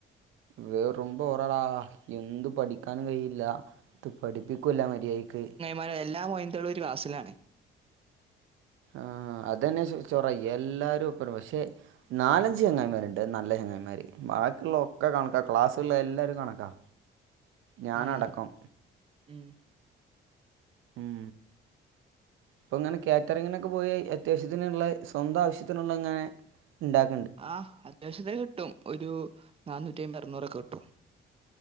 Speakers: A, on the right; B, on the right.
A: വെറും ബോറാടാ എന്തും പഠിക്കാനും കയ്യില്ല. ത്തു പഠിപ്പിക്കുല്ല മര്യാദയ്ക്ക്.
B: മരെ എല്ലാം മൊയ്ന്തോളും ഒരു ക്ലാസ്സിലാണ്.
A: ആഹ് അതന്നെ ചൊറ എല്ലാരും ഒപ്പരം പക്ഷെ. നാലഞ്ച് ചെങ്ങായിമാരുണ്ട് അഹ് നല്ല ചെങ്ങായിമാര് ബാക്കിയുള്ള ഒക്കെ കണക്കാ ക്ലാസ്സുള്ള എല്ലാരും കണക്കാ. ഞാനടക്കം
B: ഉം ഉം.
A: ഉം. ഇപ്പങ്ങനെ കാറ്ററിങ്ങിനൊക്കെ പോയി അത്യാവ്ശ്യത്തിനുള്ള സ്വന്തം ആവ്ശ്യത്തിനുള്ള ഇങ്ങനെ. ഉണ്ടാക
B: ആ അത്യാവശ്യത്തെ കിട്ടും ഒരു നന്നൂറ്റി അമ്പ അറുന്നൂറൊക്കെ കിട്ടും